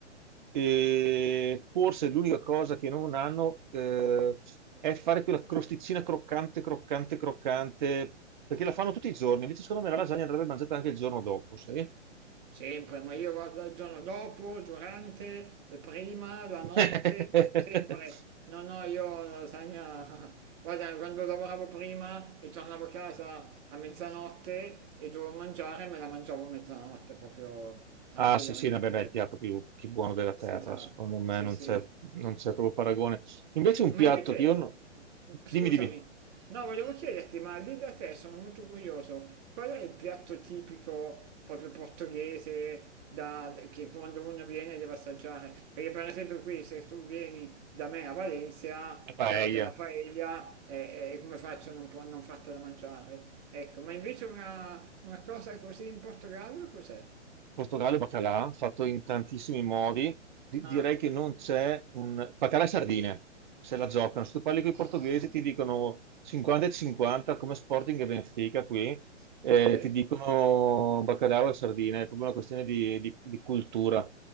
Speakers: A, on the right (about 40°); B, on the right (about 25°).
A: E forse l'unica cosa che non hanno eh, è fare quella crosticina croccante, croccante, croccante, perché la fanno tutti i giorni, invece secondo me la lasagna andrebbe mangiata anche il giorno dopo, sai?
B: Sempre, ma io vado il giorno dopo, durante, e prima, la
A: <laughs>
B: notte, sempre. No, no, io la lasagna... <laughs> Guarda, quando lavoravo prima e tornavo a casa a mezzanotte e dovevo mangiare, me la mangiavo a mezzanotte proprio tranquillamente.
A: Ah sì, sì, vabbè, beh, è il
B: ecco.
A: piatto più, più buono della terra,
B: Senza,
A: secondo me
B: sì,
A: non
B: sì,
A: c'è non c'è proprio paragone. Invece un
B: Ma
A: piatto
B: invece,
A: che io... no-
B: scusami,
A: Dimmi, dimmi,
B: no, volevo chiederti, ma lì da te sono molto curioso, qual è il piatto tipico proprio portoghese da- che quando uno viene deve assaggiare? Perché per esempio qui, se tu vieni da me a Valencia,
A: la paella.
B: chiaro che la paella è, è come faccio a non, po- non fartela mangiare. Ecco, ma invece una, una cosa così in Portogallo cos'è?
A: Portogallo e baccalà, fatto in tantissimi modi. Di-
B: Ah,
A: direi che non c'è un... Baccalà e sardine, se la giocano. Se tu parli con i portoghesi
B: ah,
A: ti dicono 50 e 50 come Sporting e Benfica qui, eh,
B: sì,
A: ti dicono baccalà e sardine, è proprio una questione di, di- di cultura,